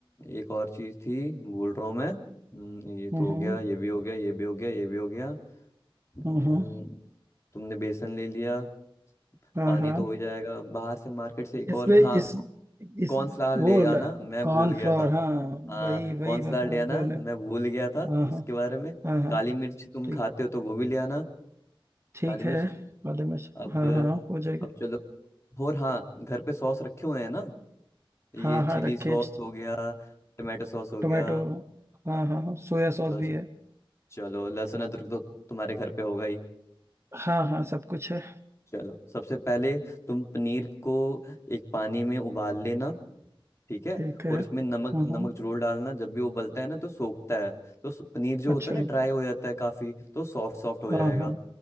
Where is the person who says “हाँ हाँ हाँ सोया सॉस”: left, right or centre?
Right